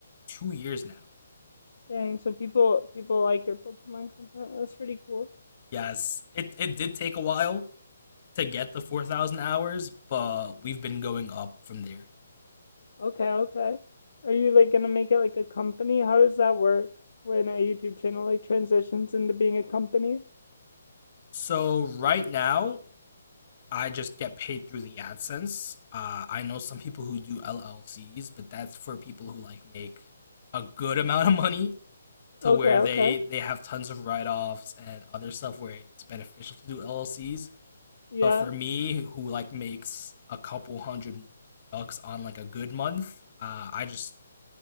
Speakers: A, on the left; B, on the left.
A: two years now.
B: Dang, so people people like your Pokemon content. That's pretty cool.
A: Yes, it, it did take a while to get the 4,000 hours, but we've been going up from there.
B: Okay, okay. Are you like gonna make it like a company? How does that work when a YouTube channel like transitions into being a company?
A: So right now, I just get paid through the AdSense. Uh, I know some people who do LLCs, but that's for people who like make a good amount of money to
B: Okay,
A: where they
B: okay.
A: they have tons of write-offs and other stuff where it's beneficial to do LLCs.
B: Yeah.
A: But for me, who like makes a couple hundred bucks on like a good month, uh, I just